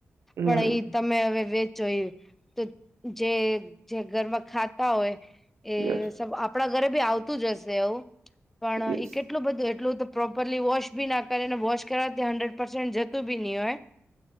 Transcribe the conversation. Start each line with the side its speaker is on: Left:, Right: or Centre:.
Right: હમ
Centre: પણ ઈ તમે હવે વેચો એ તો જે ઘરમાં ખાતા હોય એ
Right: યસ
Centre: સ આપણા ઘરે બી આવતું જ હશે આવું પણ
Right: યસ
Centre: ઈ કેટ એટલું બધું એટલું તો પ્રોપરલી વોશ બી ના કરે ને વોશ કરવાથી હંડ્રેડ પસેન્ટ જતું બી નય હોય